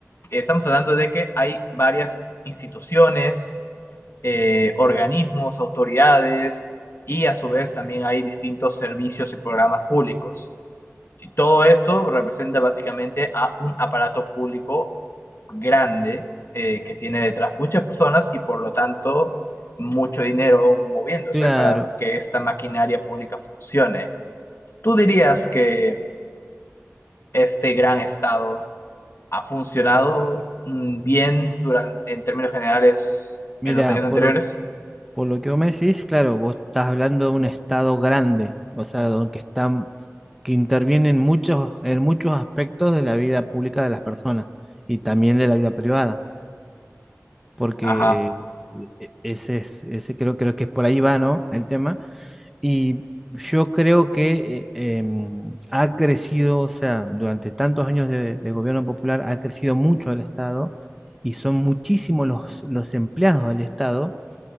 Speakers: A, on the left; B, in the centre.
A: Estamos hablando de que hay varias instituciones, eh, organismos, autoridades y a su vez también hay distintos servicios y programas públicos. Y todo esto representa básicamente a un aparato público grande eh, que tiene detrás muchas personas y por lo tanto mucho dinero moviéndose
B: claro.
A: para que esta maquinaria pública funcione. ¿Tú dirías que este gran Estado ha funcionado mm, bien durante, en términos generales
B: Mira,
A: en los años anteriores.
B: por lo, por lo que vos me decís, claro, vos estás hablando de un estado grande, o sea, donde están, que intervienen muchos, en muchos aspectos de la vida pública de las personas y también de la vida privada, porque
A: Ajá,
B: eh, e- e, ese es, ese creo, creo que es por ahí va, ¿no? El tema. Y yo creo que eh, em, ha crecido, o sea, durante tantos años de, de gobierno popular ha crecido mucho el Estado y son muchísimos los, los empleados del Estado